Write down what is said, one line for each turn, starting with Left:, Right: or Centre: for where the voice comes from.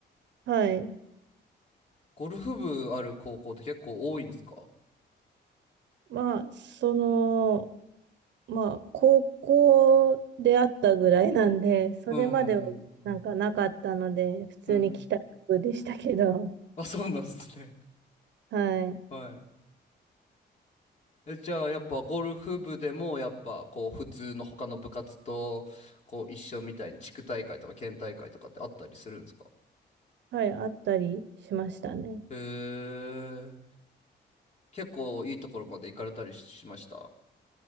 Right: はい。
Left: ゴルフ部ある高校って結構多いんですか
Right: まあ、その、まあ、高校であったぐらいなんで、それまではなんかなかったので、
Left: うんうんうん。
Right: 普通に帰宅部でしたけど、
Left: うん。あ、そうなんですね。
Right: <laughs> はい。
Left: <laughs> はい。え、じゃあ、やっぱゴルフ部でも、やっぱ、こう、普通の他の部活と、こう、一緒みたいに地区大会とか県大会とかってあったりするんですか
Right: はい、あったりしましたね。
Left: へえ。結構いいところまで行かれたりしました。